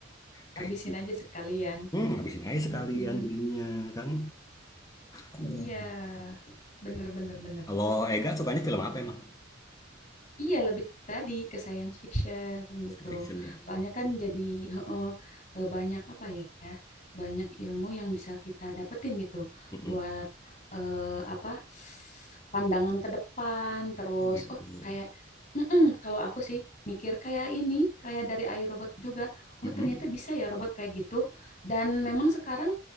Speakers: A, on the left; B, on the left.
A: kayak
B: habisin
A: gitu.
B: aja sekalian
A: Hmm, habisin aja sekalian
B: Mm, mm.
A: jadinya kan. Oh.
B: iya bener bener bener
A: Kalau Ega sukanya film apa emang?
B: Iya, lebih tadi ke science fiction
A: Science
B: gitu.
A: Fiction ya.
B: Soalnya kan jadi heeh, eh, banyak apa ya, ya, banyak ilmu yang bisa kita dapetin gitu
A: Mm-mm.
B: buat eh, apa pandangan ke depan. Terus,
A: Oh gitu.
B: oh kayak, mm-mm, kalau aku sih mikir kayak ini, kayak dari iRobot juga. Oh
A: Mm-mm,
B: ternyata bisa ya robot kayak gitu. Dan memang sekarang